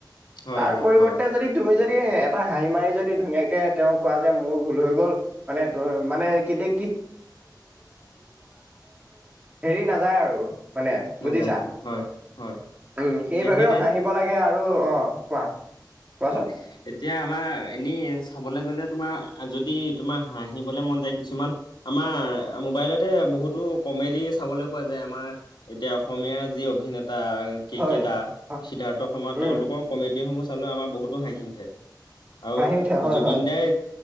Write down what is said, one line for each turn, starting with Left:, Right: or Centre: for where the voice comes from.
Left: হয়
Right: তাৰ
Left: হয়
Right: পৰিৱৰ্তে
Left: হয়
Right: যদি তুমি যদি এটা হাঁহি মাৰি যদি ধুনীয়াকে তেওঁক কোৱা যে মোৰ ভুল হৈ গ'ল মানে ত মানে কেতি হেৰি নাযায় আৰু মানে
Left: নাযায়
Right: বুজিছা
Left: হয় হয় হয়
Right: উম সেইবাবেও
Left: এতিয়া সেইটোৱে।
Right: হাঁহিব লাগে আৰু অ অ কোৱা কোৱাচোন
Left: হয় এতিয়া আমাৰ এনে চাবলৈ গ'লে তোমাৰ যদি তোমাৰ হাঁহিবলে মন যায় কিছুমান আমাৰ মোবাইলতে বহুতো কমেডি চাবলৈ পোৱা যায় আমাৰ এতিয়া অসমীয়াৰ যি অভিনেতা এ কে
Right: হয়
Left: কে দা
Right: হয়
Left: সিদ্ধাৰ্থ শৰ্মা তেওঁলোকৰ
Right: উম
Left: কমেডি সমূহ চালে আমাৰ বহুতো হাঁহি উঠে আৰু
Right: হাঁহি উঠে হয়
Left: জুবিন
Right: হয়
Left: দাই